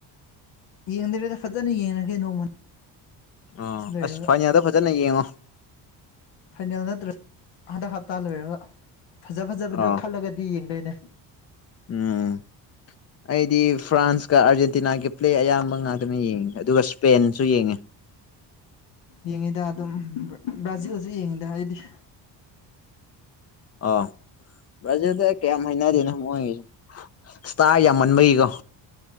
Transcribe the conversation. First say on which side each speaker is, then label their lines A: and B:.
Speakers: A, on the left (about 80°); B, on the left (about 35°).
A: ꯌꯦꯡꯗ꯭ꯔꯦꯗ ꯐꯖꯅ ꯌꯦꯡꯉꯒꯦ ꯅꯣꯡꯃ
B: ꯑꯣ
A: ꯁꯤ ꯂꯣꯏꯔꯒ
B: ꯑꯁ ꯐꯥꯏꯅꯦꯜꯗ ꯐꯖꯅ ꯌꯦꯡꯉꯣ
A: ꯐꯥꯏꯅꯦꯜ ꯅꯠꯇ꯭ꯔꯁꯨ ꯍꯟꯗꯛ ꯍꯞꯇꯥ ꯂꯣꯏꯔꯒ ꯐꯖ ꯐꯖꯕꯗꯣ
B: ꯑꯥ
A: ꯈꯜꯂꯒꯗꯤ ꯌꯦꯡꯉ ꯅꯦ
B: ꯎꯝ ꯑꯩꯗꯤ ꯐ꯭ꯔꯥꯟꯁꯀ ꯑꯥꯔꯖꯦꯟꯇꯤꯅꯥꯒꯤ ꯄ꯭ꯂꯦ ꯑꯌꯥꯝꯕ ꯉꯥꯛꯇꯅ ꯌꯦꯡꯉꯦ ꯑꯗꯨꯒ ꯏꯁꯄꯦꯟꯁꯨ ꯌꯦꯡꯉꯦ
A: ꯌꯦꯡꯉꯤꯗ ꯑꯗꯨꯝ ꯕ꯭ꯔꯥꯖꯤꯜꯁꯨ ꯌꯦꯡꯉꯤꯗ ꯑꯩꯗꯤ <inaudible>
B: ꯑ ꯕ꯭ꯔꯖꯤꯜꯗꯣ ꯑꯩ ꯀꯌꯥ ꯍꯩꯅꯗꯦꯗ ꯃꯣꯏ ꯏꯁꯇꯥꯔ ꯌꯥꯝꯃꯟꯕꯒꯤꯀꯣ